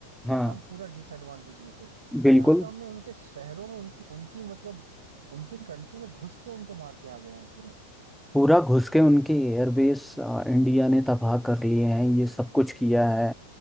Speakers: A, in the centre; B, on the right.
A: हाँ
B: और हम पूरा डिसएडवांटेज में थे
A: बिल्कुल
B: यहाँ तो हमने उनके शहरों में उनकी उनकी मतलब उनकी कंट्री में घुस के उनको मार के आ गए हैं पूरा
A: पूरा घुस के उनके एयरबेस इंडिया ने तबाह कर लिए हैं ये सब कुछ किया है